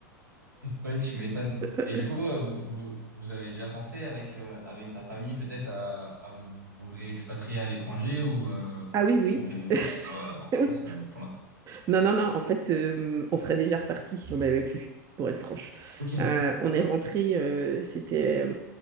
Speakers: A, on the right; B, on the right.
A: Ouais, tu m'étonnes.
B: <laughs>
A: Et du coup, euh, vous, vous, vous avez déjà pensé avec, euh, avec ta famille peut-être à, à vous, vous réexpatrier à l'étranger ou euh,
B: Ah oui, oui.
A: vous comptez rester sur, euh, en
B: <laughs>
A: France euh, pour l'instant?
B: Non, non, non. En fait, euh, on serait déjà reparti si on avait pu, pour être franche.
A: Ok,
B: Euh, on est rentré, euh, c'était euh,